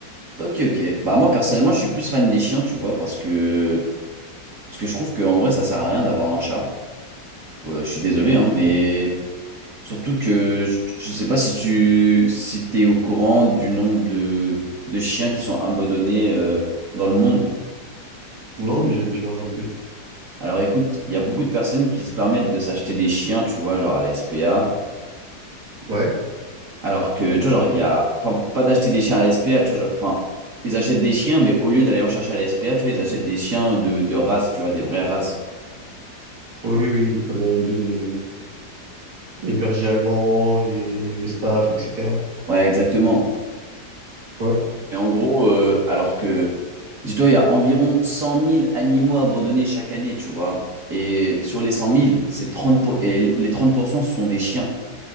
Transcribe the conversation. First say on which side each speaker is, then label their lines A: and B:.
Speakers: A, on the right; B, on the right.
A: Ok, ok. Bah moi personnellement, je suis plus fan des chiens, tu vois, parce que, parce que je trouve qu'en vrai, ça sert à rien d'avoir un chat. Euh, je suis désolé, hein, mais surtout que je, je sais pas si tu, si t'es au courant du nombre de, de chiens qui sont abandonnés euh, dans le monde.
B: Non, dis- dis-moi en plus.
A: Alors écoute, il y a beaucoup de personnes qui se permettent de s'acheter des chiens, tu vois, genre à la SPA.
B: Ouais.
A: Alors que, tu vois, genre, il y a. Enfin, pas d'acheter des chiens à la SPA, tu vois, genre- enfin, ils achètent des chiens, mais au lieu d'aller en chercher à la SPA, tu vois, ils achètent des chiens de, de race, tu vois, des vraies races.
B: Oui, oui, comme euh, les, les bergers allemands, les, les staffs, etc.
A: Ouais, exactement.
B: Ouais.
A: Et en gros, euh, alors que, dis-toi, il y a environ 100 000 animaux abandonnés chaque année, tu vois. Et sur les 100 000, c'est 30 pour- et les 30% ce sont des chiens.